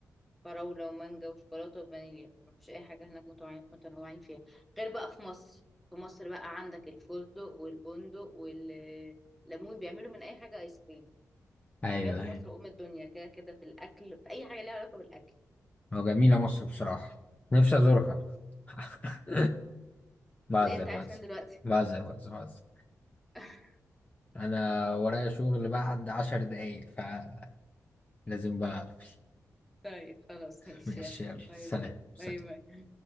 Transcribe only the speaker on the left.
ايوه
أيوة.
هو جميلة مصر بصراحة نفسي أزورها <laughs> بعذر
بعذر
بعذر بعذر بعذر
أنا ورايا شغل بعد عشر دقايق فلازم بقى
<laughs>
ماشي
يلا
سلام
سلام